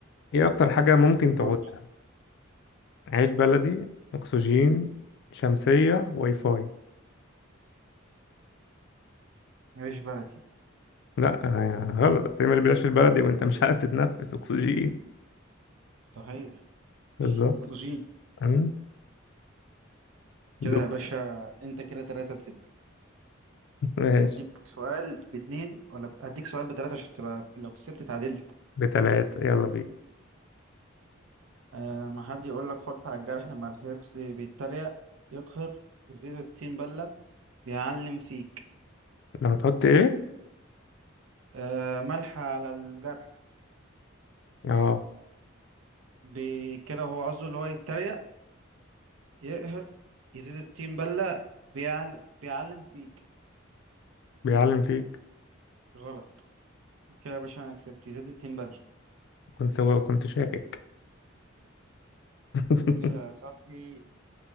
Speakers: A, on the left; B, on the right.
A: ايه اكتر حاجة ممكن تعودها
B: قول
A: عيش بلدي اكسجين شمسية واي فاي
B: عيش بلدي
A: لا آه، غلط هتعمل بلاش البلدي وانت مش عارف تتنفس اكسجين
B: صحيح
A: بالظبط
B: أكتوشين
A: أمم،
B: كده
A: دو
B: يا باشا أنت كده تلاتة ستة
A: ماشي
B: اديك سؤال باتنين ولا بت- اديك سؤال بتلاتة عشان تبقى لو كسبت اتعادلت
A: بتلاتة يلا بينا
B: آه لما حد يقول لك حط على الجرح ملح يقصد بيتريق يقهر يزيد الطين بلة بيعلم فيك
A: لما تحط ايه
B: آه ملح على الجرح
A: اه
B: بي- كده هو قصده اللي هو يتريق يقهر يزيد الطين بلة بيعل... بيعلم فيك
A: بيعلم فيك
B: غلط كده يا باشا انا كسبت يزيد الطين بلة
A: كنت كنت شاكك <laughs>
B: كده يا صاحبي